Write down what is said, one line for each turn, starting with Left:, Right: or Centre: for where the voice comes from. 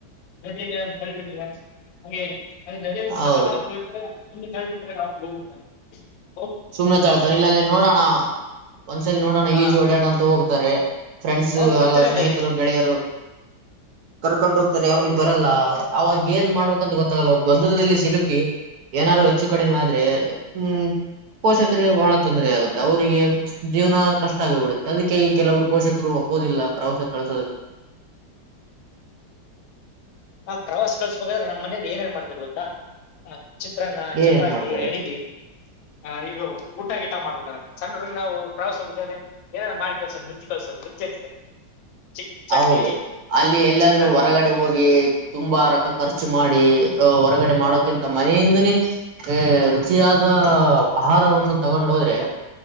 Left: ಮೊದಲಿಗೆ. ತಲೆಗೆ ಬೀಳ್ತೀರಾ ಹಂಗೆ ನದಿಯಲ್ಲಿ ಸ್ನಾನ
Right: ಹೌದು
Left: ಮಾಡ್ತೀನಿ ಅಂತೀರಾ. ಸುಮ್ಮ್ಳ್ಬ ಹೋಗ
Right: ಸುಮ್ನೆ ತಳ್ತಾರೆ ಇಲ್ಲಾಂದ್ರೆ ನೋಡೋಣ ಒಂದ್ಸಲ ನೋಡೋಣ
Left: ಹಾ
Right: ಈಜು ಹೊಡ್ಯಾಣ ಅಂತ ಹೋಗ್ತಾರೆ. ಫ್ರೆಂಡ್ಸ್
Left: ಅವ್ರಗ್ ಗೊತ್ತಿರಲ್ಲ
Right: ಸ್ನೇಹಿತರು
Left: ಏ-
Right: ಗೆಳೆಯರು, ಕರ್ಕೊಂಡ ಹೋಗ್ತಾರೆ
Left: ಹೌದು
Right: ಅವನು ಬರಲ್ಲ ಅವಾಗ ಏನ್ ಮಾಡ್ಬೇಕಂತ ಗೊತ್ತಾಗಲ್ಲ ಅವ್ರ ಗೊಂದದಲ್ಲಿ ಸಿಲುಕಿ. ಏನಾದರೂ ಹೆಚ್ಚು ಕಡಿಮೆ ಆದ್ರೆ, ಹ್ಮ್. ಪೋಷಕರಿಗೆ ಬಹಳ ತೊಂದರೆ ಆಗುತ್ತೆ ಅವರಿಗೆ ಜೀವನ ಕಷ್ಟ ಆಗಿಬಿಡುತ್ತೆ ಅದಕ್ಕೆ ಈ ಕೆಲವರು ಪೋಷಕರು ಒಪ್ಪ ಇಲ್ಲ ಪ್ರವಾಸ್ ಕಳಿಸೋದು.
Left: ಆ ಪ್ರವಾಸಕ್ಕೆ ಕಳಿಸಬೇಕಾದ್ರೆ ನಮ್ ಮನೇಲಿ ಏನು. ಪಡೆದಿರುತ ಹ ಚಿತ್ರಾನ್ನ ಚಪಾತಿ
Right: ಏನ್ ಮಾಡ್ತಾರೆ
Left: ಅಡಿಗೆ, ಆ ಇದು ಊಟ ಗೀಟ ಮಾಡುತ್ತಾರೆ ಸಣ್ಣು ಹುಡುಗರ ಉಪವಾಸವಿದ್ದಾನೇ, ಏನಾನ ಮಾಡಿ <unintelligible> ಚಿಕ್ ಚಕ್ಲಿ
Right: ಹೌದು ಅಲ್ಲಿ ಎಲ್ಲಾದ್ರೂ
Left: ಚಿತ್ರಾನ್ನ
Right: ಹೊರಗಡೆ ಹೋಗಿ. ತುಂಬಾ ರಕ ಖರ್ಚು ಮಾಡಿ ಹೊರಗಡೆ ಮಾಡೋಕ್ಕಿಂತ ಮನೆಯಿಂದನೇ ರುಚಿಯಾಗಿ ಕಾರವನ್ನು ತಗೊಂಡೋದ್ರೆ